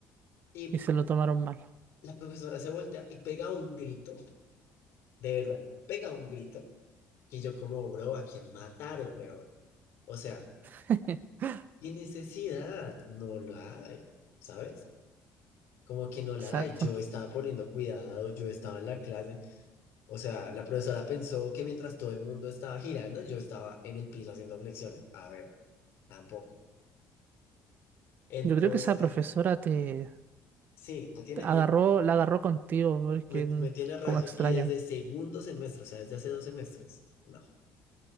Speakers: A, on the left; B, on the right.
A: y
B: Y se lo tomaron mal.
A: la profesora se voltea y pega un grito De verdad, pega un grito que yo como, bro, ¿a quién mataron, weón? O sea,
B: <laughs>
A: ¿qué necesidad? No la hay, ¿sabes? Como que no la
B: Exacto.
A: hay. Yo estaba poniendo cuidado, yo estaba en la clase. O sea, la profesora pensó que mientras todo el mundo estaba girando, yo estaba en el piso haciendo flexiones. A ver, tampoco. Entonces,
B: Yo creo que esa profesora te
A: sí, me tiene,
B: te agarró,
A: me,
B: la agarró contigo, porque
A: me,
B: mm,
A: me tiene raye.
B: como extraño.
A: Y desde segundo semestre, o sea, desde hace dos semestres. No.